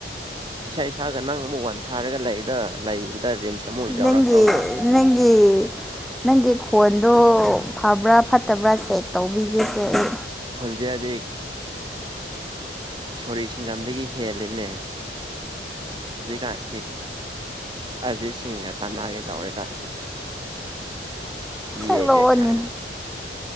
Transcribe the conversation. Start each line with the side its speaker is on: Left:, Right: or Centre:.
Right: ꯏꯁꯩ ꯁꯛꯑꯒ ꯅꯪ ꯑꯃꯨꯛ ꯋꯥꯟ ꯊꯥꯔꯒ ꯂꯩꯗ ꯂꯩꯕꯗ ꯔꯤꯝꯁ ꯑꯃꯨꯛ ꯌꯧꯔꯛꯇꯧ
Centre: ꯅꯪꯒꯤ
Right: ꯃꯥꯜꯂꯦ ꯅꯪꯒꯤꯁꯦ
Centre: ꯅꯪꯒꯤ ꯅꯪꯒꯤ ꯈꯣꯟꯗꯣ ꯐꯕ꯭ꯔꯥ ꯐꯠꯇꯕ꯭ꯔꯥ ꯆꯦꯛ ꯇꯧꯕꯤꯒꯦꯅꯦ ꯑꯩ
Right: ꯗꯦꯗꯤ ꯁꯣꯔꯤ ꯁꯤꯡꯖꯝꯗꯒꯤ ꯍꯦꯜꯂꯤꯅꯦ ꯍꯨꯖꯤꯀꯥꯟꯁꯤ ꯑꯔꯖꯤꯠ ꯁꯤꯡꯒ ꯇꯅꯥꯒꯦ ꯇꯧꯔꯤ ꯀꯥꯟꯁꯤꯗ
Centre: ꯁꯛꯂꯛꯑꯣꯅꯦ
Right: ꯌꯦꯡꯒꯦ ꯀꯥꯏꯅ